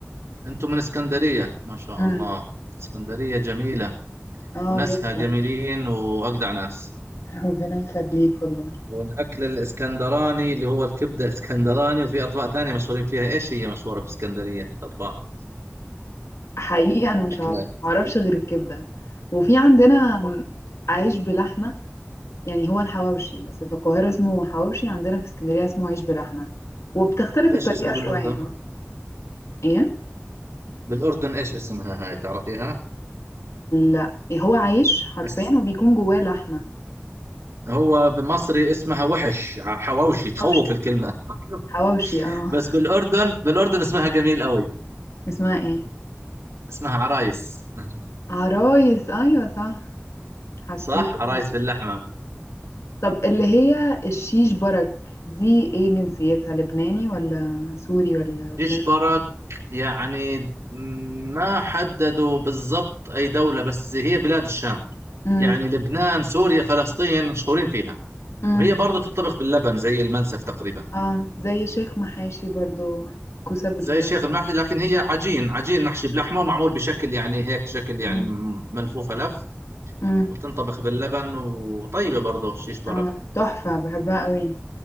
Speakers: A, on the right (about 75°); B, on the left (about 75°).
A: انتم من اسكندرية ما شاء
B: امم
A: الله اسكندرية جميلة
B: اه
A: وناسها
B: جدا
A: جميلين واجدع ناس
B: ربنا يخليك والله
A: والاكل الاسكندراني اللي هو الكبدة اسكندراني وفي اطباق ثانية مشهورين فيها ايش هي مشهورة في اسكندرية الاطباق
B: حقيقي انا مش
A: اكلات
B: عارفه معرفش غير الكبده وفي عندنا عيش بلحمه يعني هو الحواوشي بس في القاهرة اسمه حواوشي عندنا في اسكندرية اسمه عيش بلحمة وبتختلف
A: ايش
B: الطريقة
A: اسمه بالاردن
B: شوية ايه
A: بالاردن ايش اسمها هاي تعرفيها
B: لا هو عيش حرفيا
A: بس
B: وبيكون جواه لحمة
A: هو بمصري اسمها وحش ع- حواوشي تخوف
B: حواوشي
A: الكلمة
B: حواوشي
A: <laughs>
B: اه
A: بس بالاردن بالاردن اسمها جميل قوي
B: اسمها ايه
A: اسمها عرايس <laughs>
B: عرايس ايوه صح حسيت
A: صح
B: ان
A: عرايس باللحمة
B: طب اللي هي الشيش برك دي ايه جنسيتها لبناني ولا سوري ولا اردني
A: يشبرك يعني ما حددوا بالضبط أي دولة بس هي بلاد الشام
B: امم
A: يعني لبنان سوريا فلسطين مشهورين فيها
B: امم
A: وهي برضه تطبخ باللبن زي المنسف تقريبا
B: اه زي شيخ محاشي برضو كوسة بال
A: زي الشيخ المحلي لكن هي عجين عجين محشي بلحمة ومعمول بشكل يعني هيك شكل يعني
B: امم
A: م- ملفوفة لف
B: امم
A: وتنطبخ باللبن وطيبة برضه شيش برك
B: اه تحفة بحبها قوي